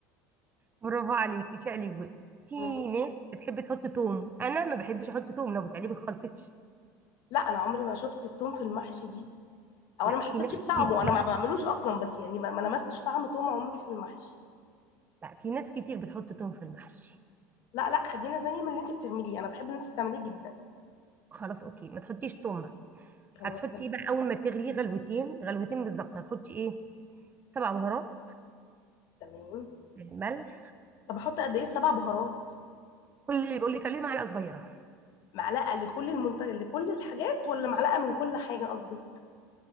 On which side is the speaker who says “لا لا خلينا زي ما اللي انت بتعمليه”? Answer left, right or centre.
Left